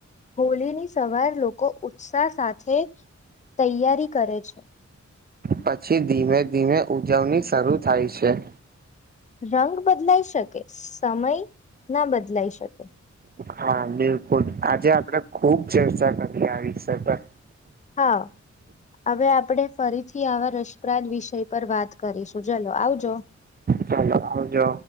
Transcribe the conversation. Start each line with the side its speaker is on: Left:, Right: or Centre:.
Left: હોલી ની સવાર લોકો ઉત્સાહ સાથે તૈયારી કરે છે.
Right: પછી ધીમે ધીમે ઉજવણી શરૂ થાય છે.
Left: રંગ બદલાઈ શકે સમય ના બદલાઈ શકે.
Right: હા બિલકુલ આજે આપડે ખુબ ચર્ચા કરીએ આ વિષય પર
Left: હા! હવે આપણે ફરીથી આવા રસપ્રાદ વિષય પર વાત કરીશું ચલો આવજો.
Right: ચલો આવજો.